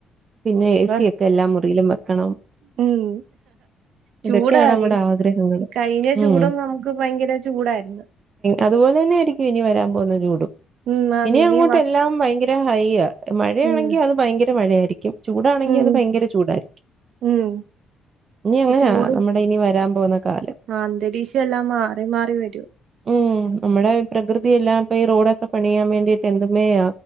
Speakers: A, on the right (about 45°); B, on the right (about 75°).
A: പിന്നെ എ
B: വ
A: സിയക്കെ എല്ലാ മുറിയിലും വെക്കണം
B: ഉം ചൂടായി
A: ഇതൊക്കെയാണ് നമ്മുടെ ആഗ്രഹങ്ങൾ
B: ഈ കഴിഞ്ഞ ചൂടും
A: ഉം
B: നമുക്ക് ഭയങ്കര ചൂടായിരുന്നു
A: അതുപോലെ തന്നെ ആയിരിക്കും ഇനി വരാൻ പോകുന്ന ചൂടും
B: ഉം ആന്ന്
A: ഇനി അങ്ങോട്ട
B: വ
A: എല്ലാം ഭയങ്കര ഹൈ മഴയാണെങ്കിൽ
B: ഉം
A: അത് ഭയങ്കര മഴയായിരിക്കും ചൂടാണെങ്കിൽ
B: ഉം
A: അത് ഭയങ്കര ചൂടായിരിക്കും
B: ഉം
A: ഇനി അങ്ങനാ
B: ചൂടും
A: നമ്മുടെ ഇനി വരാൻ പോവുന്ന കാലം
B: അന്തരീക്ഷം എല്ലാം മാറി മാറി വരും
A: ഉം നമ്മുടെ പ്രകൃതി ല്ലാം ഈ റോഡൊക്കെ പണിയാൻ വേണ്ടിട്ട് എന്തുമേയ